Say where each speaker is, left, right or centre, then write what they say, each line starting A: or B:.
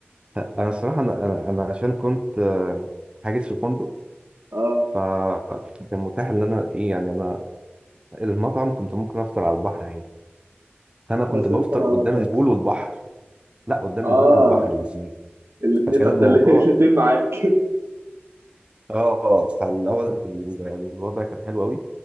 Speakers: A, on the right; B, on the right.
A: انا الصراحة انا انا أنا عشان كنت آه، حاجز في فندق
B: اه
A: فكان متاح ان انا ايه يعني انا المطعم كنت ممكن افطر على البحر عادي انا كنت
B: بس
A: بفطر
B: انت ما عملتهاش
A: قدام البول والبحر لا قدام
B: اه
A: البول والبحر الاثنين
B: الاثنين
A: فكان
B: فانت
A: الموضوع
B: الاثنين معاك
A: اه فالاول الوضع كان حلو قوي